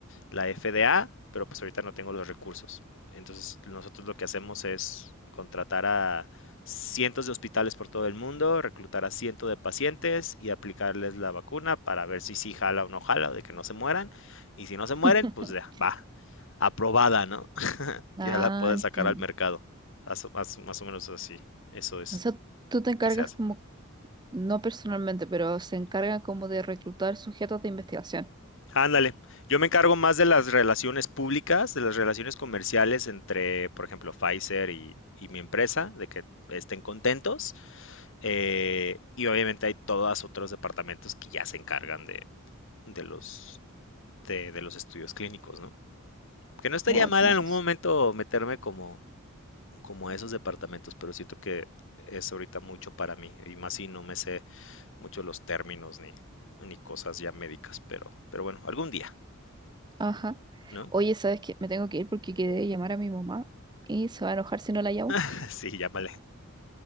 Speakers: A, on the left; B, on the right.
A: la FDA, pero pues ahorita no tengo los recursos. Entonces nosotros lo que hacemos es contratar a cientos de hospitales por todo el mundo, reclutar a cientos de pacientes y aplicarles la vacuna para ver si sí jala o no jala, de que no se mueran. Y si no se
B: <laughs>
A: mueren, pues ya, va, aprobada, ¿no? <laughs>
B: Ah,
A: Ya la puedes
B: entiendo.
A: sacar al mercado. Más, más, más o menos así. Eso es
B: O sea,
A: lo
B: tú te encargas
A: que se hace.
B: como no personalmente, pero se encarga como de reclutar sujetos de investigación.
A: Ándale, yo me encargo más de las relaciones públicas, de las relaciones comerciales entre, por ejemplo, Pfizer y, y mi empresa, de que estén contentos. Eh, y obviamente hay todos otros departamentos que ya se encargan de, de los, de, de los estudios clínicos, ¿no? Que no estaría
B: Guau,
A: mal
B: qué interesante.
A: en un momento meterme como, como a esos departamentos, pero siento que es ahorita mucho para mí, y más si no me sé mucho los términos ni, ni cosas ya médicas, pero, pero bueno, algún día,
B: Ajá.
A: ¿no?
B: Oye, ¿sabes qué? Me tengo que ir porque quedé de llamar a mi mamá y se va a enojar si no la llamo.
A: <laughs> Sí, ya vale.